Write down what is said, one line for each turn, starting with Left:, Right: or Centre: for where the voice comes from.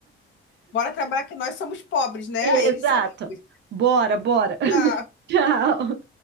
Left: Bora trabalhar que nós somos pobres, né?
Right: Exato.
Left: Eles são ricos.
Right: Bora, bora. <laughs>
Left: Tá.
Right: Tchau.